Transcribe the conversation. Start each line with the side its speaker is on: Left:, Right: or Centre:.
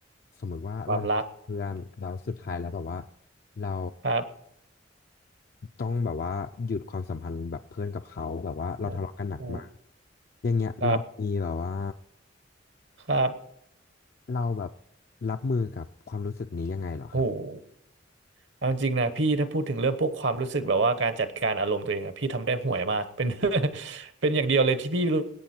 Left: สมมุติว่าเราทะเลาะกับเพื่อนแล้วสุดท้ายแล้วแบบว่า
Right: ความรัก
Left: เรา
Right: ครับ
Left: ต้องแบบว่าหยุดความสัมพันธ์แบบเพื่อนกับเขาแบบว่าเราทะเลาะกันหนักมาก
Right: โอ้โห
Left: อย่างเงี้ยเรามีแบบว่า
Right: ครับครับ
Left: เราแบบรับมือกับความรู้สึกนี้ยังไงเหรอครับ
Right: โอ้โห เอาจริงนะพี่ถ้าพูดถึงเรื่องพวกความรู้สึกแบบว่าการจัดการอารมณ์ตัวเองอะพี่ทำได้ห่วยมากเป็น <laughs> เป็นอย่างเดียวเลยที่พี่รู้